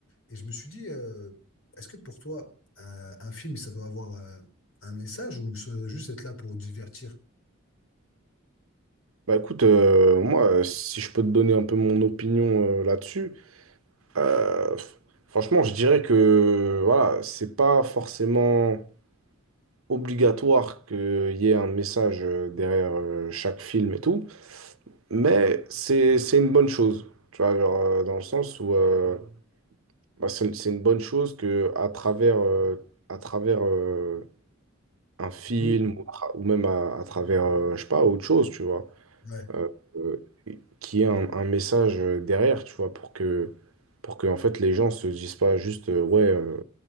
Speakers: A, on the left; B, on the right.
A: Et je me suis dit, euh, est-ce que pour toi, un, un film, ça doit avoir euh, un message ou ça doit juste être là pour divertir?
B: Bah écoute, euh, moi, euh, si je peux te donner un peu mon opinion euh, là-dessus, euh, f- franchement, je dirais que voilà, c'est pas forcément obligatoire qu'il y ait un message euh, derrière euh, chaque film et tout, mais c'est c'est une bonne chose, tu vois, genre, euh, dans le sens où euh, bah, c'est c'est une bonne chose que à travers euh, à travers euh, un film
A: Oui.
B: ou, tra- ou même à, à travers euh, je sais pas autre chose, tu vois.
A: Ouais,
B: euh, euh, qu'il y ait un, un message euh, derrière, tu vois, pour que, pour que en fait, les gens se disent pas juste, euh, ouais, euh,